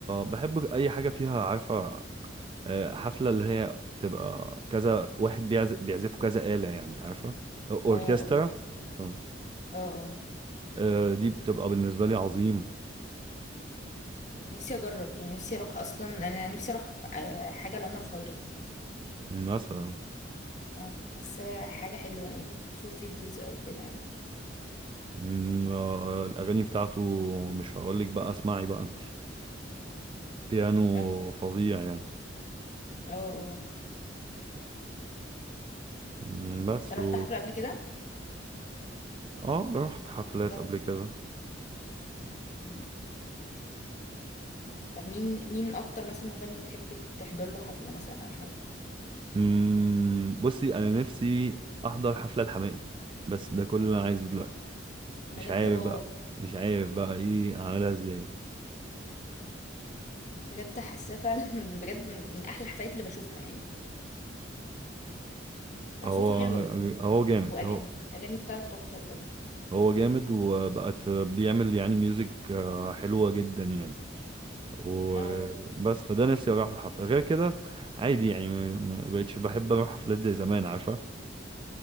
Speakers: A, on the right; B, on the left.
A: بحب اي حاجة فيها عارفة آه، حفلة اللي هي بتبقى كذا واحد بيعزف بيعزفوا كذا آلة يعني عارفة اوركسترا
B: اه اه
A: ف-
B: اه اه
A: آه، دي بتبقى بالنسبة لي عظيمة
B: نفسي اجرب يعني نفسي اروح اصلا انا نفسي اروح آه، حاجه لعمر خيرت يعني
A: مثلا
B: اه حاسه حاجه حلوه يعني اشوف فيديوز او كده يعني
A: مم، آه، الأغاني بتاعته مش هقولك بقى اسمعي بقى انت بيانو
B: اه
A: فظيع يعني
B: اه اه
A: مم، بس
B: انت رحت
A: و
B: حفله قبل كده
A: اه رحت حفلات
B: حضرت
A: قبل كده
B: مم. طب مين مين اكتر مثلا مغني بتحب تحضر له حفله مثلا او حاجه
A: مم، بصي أنا نفسي أحضر حفلة الحماقي بس ده كل اللي أنا عايزه دلوقتي
B: بجد
A: مش عارف
B: اه
A: بقى مش عارف بقى إيه أعملها إزاي
B: بجد حاساه فعلا <laughs> بجد من, من احلى الحفلات اللي بشوفها يعني
A: هو
B: صوته حلو قوي بصراحة.
A: هو جامد
B: واغاني
A: هو
B: اغاني بتاعته تحفه بجد
A: هو جامد وبقت بيعمل يعني ميوزك آه، حلوة جدا يعني وبس
B: اه
A: فده نفسي اروح لحفله غير كده عادي يعني م- م- مبقتش بحب اروح حفلات زي زمان عارفه